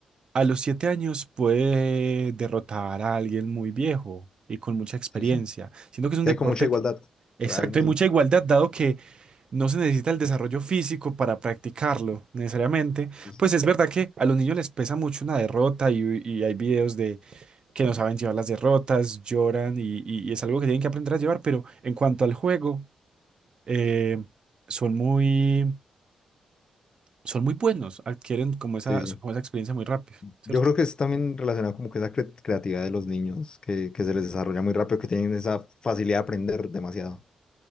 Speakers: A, on the right (about 45°); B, on the left (about 40°).
A: a los siete años puede derrotar a alguien muy viejo y con mucha experiencia.
B: Sí, sí.
A: Siento que es un
B: Sí,
A: deporte
B: hay como mucha igualdad,
A: que... Exacto,
B: realmente.
A: hay mucha igualdad, dado que no se necesita el desarrollo físico para practicarlo necesariamente.
B: Sí,
A: Pues es verdad que a los niños les pesa mucho una derrota y, y hay videos de que no saben llevar las derrotas, lloran y, y- y es algo que tienen que aprender a llevar, pero en cuanto al juego, eh, son muy, son muy buenos, adquieren como esa,
B: sí. sí.
A: como esa experiencia muy rápido, ¿cierto?
B: Yo creo que es también relacionado como que esa cre- creatividad de los niños, que, que se les desarrolla muy rápido, que tienen esa facilidad de aprender demasiado.